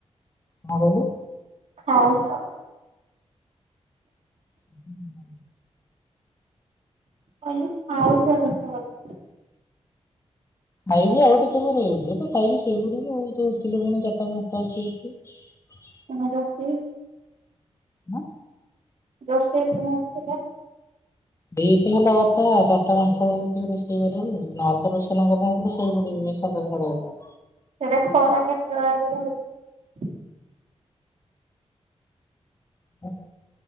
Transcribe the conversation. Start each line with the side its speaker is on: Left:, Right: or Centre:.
Left: କଣ କହିଲୁ?
Right: ହଉ ଯାଅ।
Left: ହୁଁ।
Right: କାଲି ଆଉଛ ସତକଥା।
Left: ଖାଇବୁ ଆଉ ଟିକେ ପରେ ଇଏତୁ ଖାଇକି ଶୋଇ ପଡ଼ିବୁ ଆଉ ତୁ ଉଠିଲେ ପୁଣି ଚାରିଟା ପାଞ୍ଚଟା ବସିକି ଉଠିବୁ।
Right: ସମଜସ୍ତି
Left: ହଁ
Right: ବେସ୍ତ ତମେ ଥିଲ
Left: ଏଇତ ହେଲା କଥା ଚାରିଟା ପାଞ୍ଚଟା ବେଳକୁ ଉଠିକି ରୋଷେଇ କରିବି ନହେଲେ ତ ରୋଷେଇ କରାନହେଇଥିଲେ ଶୋଇ ପଡିବି ସାତଟା ସାଢେ ସାତଟା
Right: ସେଇଟା ଖରା କେତେବେଳେ କେରେ ହଉଛି।
Left: ହ।